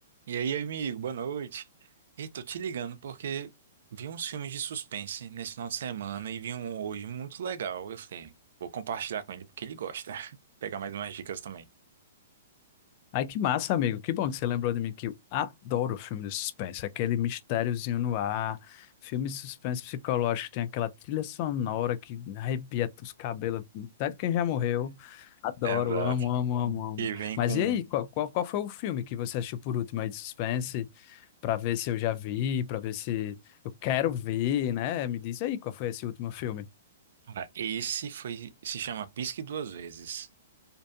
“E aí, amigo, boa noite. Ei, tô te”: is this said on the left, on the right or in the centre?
Right